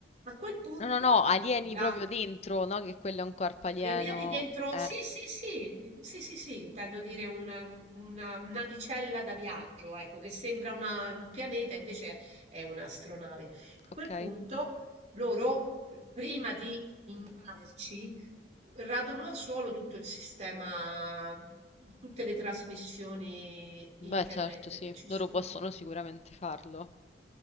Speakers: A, on the right; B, on the left.
A: A quel punto,
B: No, no, no, alieni
A: la-
B: proprio dentro, no? Che quello è un corpo alieno.
A: gli alieni dentro...
B: Eh,
A: Sì, sì, sì, sì, sì, sì, intendo dire un- una navicella da viaggio, ecco, che sembra una- un pianeta, invece è un'astronave. A
B: ok.
A: quel punto, loro, eh, prima di vaderci, radono al suolo tutto il sistema, tutte le trasmissioni internet
B: Beh, certo, sì.
A: che ci
B: Loro
A: sono.
B: possono sicuramente farlo.